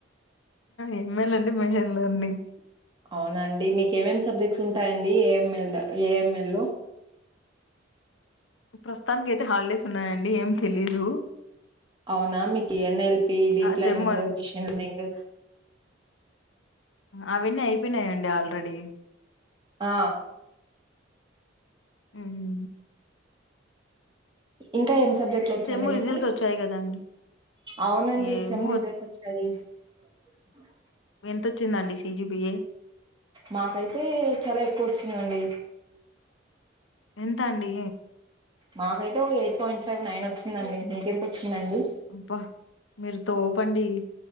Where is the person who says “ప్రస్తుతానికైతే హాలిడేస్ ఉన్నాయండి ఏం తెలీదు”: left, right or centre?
Left